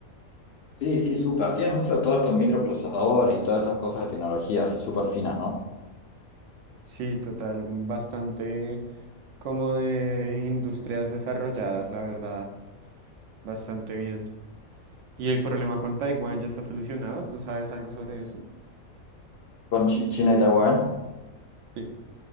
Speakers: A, on the left (about 65°); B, on the right (about 65°).
A: Sí, sí, súper. Tienen mucho de todos estos microprocesadores y todas esas cosas de tecnología, así súper finas, ¿no?
B: Sí, total, bastante como de industrias desarrolladas, la verdad, bastante bien. ¿Y el problema con Taiwán ya está solucionado? ¿Tú sabes algo sobre eso?
A: Con Chi- China y Taiwán.
B: Sí.